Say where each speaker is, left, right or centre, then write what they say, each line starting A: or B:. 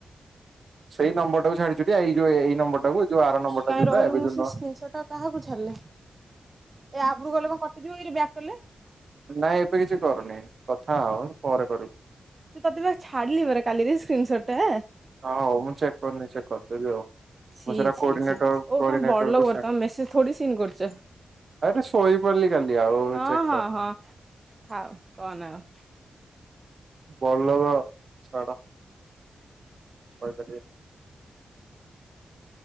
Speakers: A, on the right; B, on the right.
A: ସେଇ ନମ୍ବର ଟାକୁ ଛାଡ଼ିଚୁ ଟି ଏଇ ଯଉ ଏ-ଏଇ ନମ୍ବର ଟା କୁ ଯୋଉ ଆର ନମ୍ବର
B: କାହିଁ
A: ଟା ଯୋଉଟା
B: ରହିଲୁ
A: ଏବେ
B: ମୁଁ
A: ଯଉ
B: ସେ
A: ନୂଆ
B: ସ୍କ୍ରିନସଟ ଟା କାହାକୁ ଛାଡିଲେ ଏ ଆପ୍ ରୁ ଗଲେ କଣ କଟିଯିବ କିରେ ବ୍ୟାକ୍ କଲେ?
A: ନାଇଁ ଏବେ କିଛି କରନି କଥା ହଁ ପରେ କରିବୁ।
B: ଏ ତତେ ବା ଛାଡ଼ିଲି ପରା କାଳିରେ ସ୍କ୍ରିନସଟ ଟା।
A: ହଁ ହଉ ମୁଁ ଚେକ୍ କରିନି ଚେକ୍ କରିଦେବି ଆଉ।
B: ଛି
A: ମୁଁ ସେଟା
B: ଛି
A: କୋଡିନେଟର
B: ଛି ଛି ଓ
A: କୋଡିନେଟରକୁ
B: ତମେ ବଡଲୋକ ପରା ତମେ ମେସେଜ ଥୋଡ଼ି ସିନ୍ କରୁଛ।
A: ଆବେ ଶୋଇପଡିଲି କାଲି ଆଉ-ଉ-ଉ
B: ହଁ
A: ଚେକ୍
B: ହଁ
A: କରିନି।
B: ହଁ କହନା ଆଉ।
A: ବଡ଼ ଲୋକ ଛାଡ଼ କିଛି କହି ପାରିବିନି।